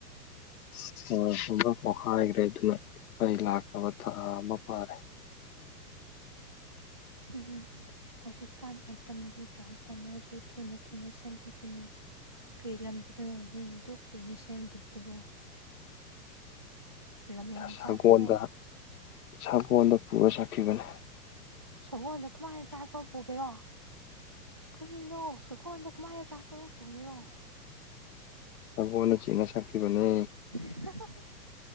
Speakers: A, on the left (about 60°); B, on the right (about 20°).
A: ꯨꯇ꯭ꯔꯥꯟꯁꯐꯣꯔꯃ꯭ꯔ ꯄꯣꯈꯥꯏꯈ꯭ꯔꯦ ꯑꯗꯨꯅ ꯃꯩ ꯂꯥꯛꯇꯕ ꯊꯥ ꯑꯃ ꯐꯥꯔꯦ <inaudible>
B: ꯎꯝ ꯍꯧꯖꯤꯛꯀꯥꯟ ꯃꯇꯝꯗꯤ ꯇ꯭ꯔꯥꯟꯁꯐꯣꯔꯃꯔꯁꯨ ꯊꯨꯅ ꯊꯨꯅ ꯁꯦꯝꯕꯤꯕꯅꯤ ꯀꯔꯤ ꯂꯝꯗꯅꯣ ꯃꯤꯗꯨ ꯀꯨꯏꯅ ꯁꯦꯝꯗꯕꯗꯨꯕꯨ ꯂꯝ ꯌꯥꯝ
A: ꯁꯒꯣꯜꯗ
B: ꯆꯥꯕ꯭ꯔꯣ
A: ꯁꯒꯣꯜꯗ ꯄꯨꯔ ꯆꯠꯈꯤꯕꯅꯦ
B: ꯁꯒꯣꯜꯗ ꯀꯃꯥꯏꯅ ꯇ꯭ꯔꯥꯟꯁꯐꯣꯔꯝ ꯄꯨꯒꯦꯔꯣ ꯀꯔꯤꯅꯣ ꯁꯒꯣꯟꯗ ꯀꯃꯥꯏꯅ ꯇ꯭ꯔꯥꯟꯁꯐꯣꯔꯃꯔ ꯄꯨꯒꯦꯔꯣ <inaudible>
A: ꯁꯒꯣꯟꯅ ꯆꯤꯡꯅ ꯁꯥꯛꯈꯤꯕꯅꯦ
B: <unintelligible>